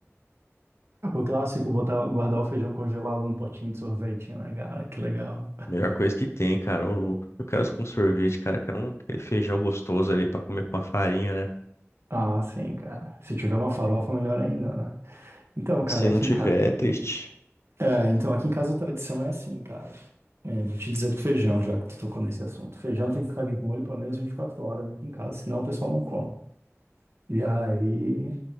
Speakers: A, on the right; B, on the left.
A: O clássico, botar, guardar o feijão congelado num potinho de sorvete, né, cara? Que legal.
B: Melhor coisa que tem, cara. Ô, louco. Eu quero isso com sorvete, cara. Eu quero um aquele feijão gostoso ali pra comer com uma farinha, né?
A: Ah, sim, cara. Se tiver uma farofa, melhor ainda, né? Então, cara,
B: Se
A: aqui
B: não tiver,
A: em, ca-
B: é triste.
A: É, então aqui em casa a tradição é assim, cara. É, vou te dizer do feijão, já que tu tocou nesse assunto. Feijão tem que ficar de molho pelo menos 24 horas aqui em casa, senão o pessoal não come. E aí,